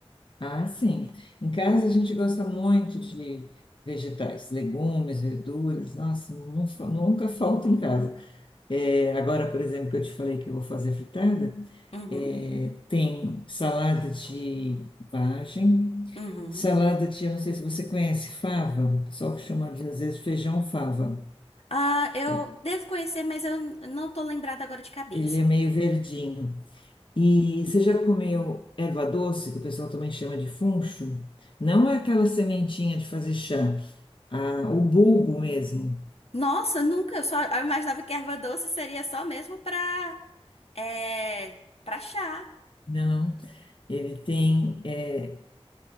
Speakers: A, on the left (about 50°); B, on the left (about 75°).
A: Ah, sim. Em casa a gente gosta muito de vegetais, legumes, verduras. Nossa, não fa- nunca <laughs> falta em casa. É, agora, por exemplo, que eu te falei que eu vou fazer fritada,
B: Uhum,
A: é, tem salada de vagem,
B: uhum.
A: salada de, eu não sei se você conhece, fava, o pessoal que chama de, às vezes, feijão fava.
B: Ah, eu
A: É,
B: devo conhecer, mas eu não tô lembrada agora de cabeça.
A: ele é meio verdinho. E você já comeu erva doce, que o pessoal também chama de funcho? Não é aquela sementinha de fazer chá. a- o bulbo mesmo.
B: Nossa, nunca. Eu só eu imaginava que erva doce seria só mesmo pra, é, pra chá.
A: Não, ele tem é,